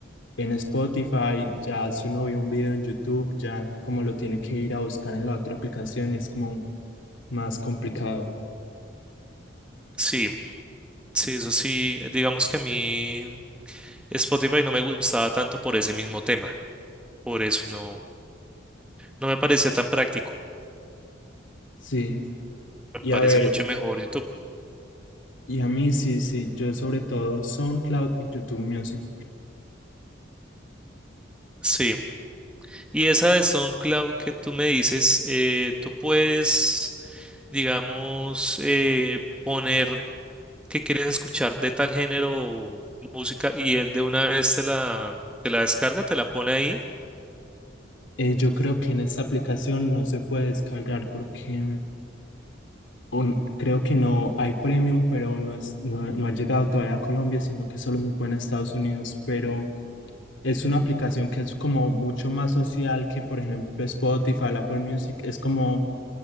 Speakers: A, on the left; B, in the centre.
A: en Spotify, ya si uno ve un video en YouTube, ya como lo tiene que ir a buscar en la otra aplicación, es como más complicado.
B: Sí, sí, eso sí, digamos que a mí Spotify no me gustaba tanto por ese mismo tema, por eso no, no me parecía tan práctico,
A: Sí.
B: me
A: Y
B: parece
A: a ver,
B: mucho mejor YouTube.
A: Y a mí sí, sí, yo sobre todo SoundCloud y YouTube Music.
B: Sí, y esa de SoundCloud que tú me dices, eh, tú puedes, digamos, eh, poner que quieres escuchar de tal género o música y él de una vez te la, te la descarga, te la pone ahí.
A: Eh, yo creo que en esta aplicación no se puede descargar porque mm, un- creo que no hay premium, pero no, es, no, no ha llegado todavía a Colombia, sino que solo se puede en Estados Unidos. Pero es una aplicación que es como mucho más social que, por ejemplo, Spotify, Apple Music. Es como